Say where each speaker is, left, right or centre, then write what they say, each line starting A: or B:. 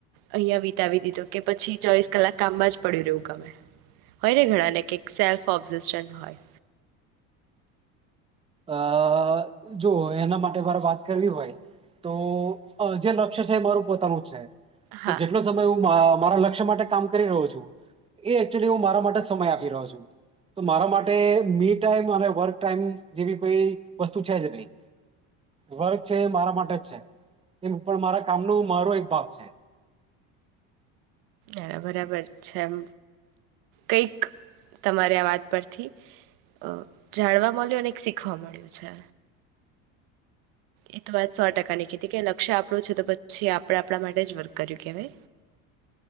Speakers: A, on the right; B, on the right.
A: અહીંયા વિતાવી દીધો કે પછી ચોવીશ કલ્લાક કામ માં જ પડ્યું રેયુ ગમે. હોય ને ઘણાનેે કેક સેલ્ફ ઓબજેસન હોય.
B: અહ જો એના માટે મારે વાત કરવી હોય તો અહ જે લક્ષ્ય છે એ મારું પોતાનું છે. તો
A: હા
B: જેટલો સમય હું માં મારા લક્ષ્ય માટે કામ કરી રહ્યો છું એ એકચુલી હું મારા માટે જ સમય આપી રહ્યો છું. તો મારા માટે મી ટાઈમ અને વર્ક ટાઈમ જેવી કોઈ વસ્તુ છે જ નહી. વર્ક છે મારા માટે જ છે. એ પણ મારા કામનો મારો એક ભાગ છે.
A: હ બરાબર છે એમ કઈક તમારે આ વાત પરથી અહ જાણવા મળ્યું ને એક શીખવા મળ્યું છે. એ તો વાત સો ટકા ની કીઘી કે લક્ષ્ય આપણું છે તો પછી આપણે આપણા માટે જ વર્ક કર્યું કે